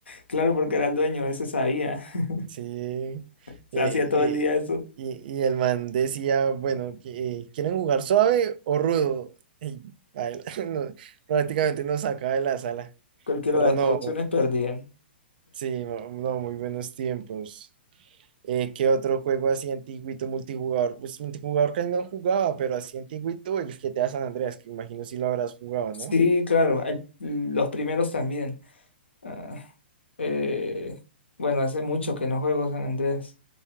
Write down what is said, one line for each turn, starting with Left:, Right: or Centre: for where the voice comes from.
Left: Claro, porque era el dueño, ese sabía. <laughs>
Right: Sí, eh,
Left: Se
Right: eh,
Left: hacía todo el día eso.
Right: y, y el man decía, bueno, que, eh, ¿quieren jugar suave o rudo? Y a él, <laughs> no, prácticamente nos sacaba de la sala,
Left: Cualquiera
Right: pero
Left: de las
Right: no.
Left: dos opciones perdían.
Right: Sí, no, no, muy buenos tiempos. Eh, ¿qué otro juego así antiguito multijugador? Pues multijugador casi no jugaba, pero así antiguito el GTA San Andreas, que imagino si lo habrás jugado,
Left: Sí,
Right: ¿no?
Left: claro, hay- los primeros también. Ah, eh, bueno, hace mucho que no juego San Andrés.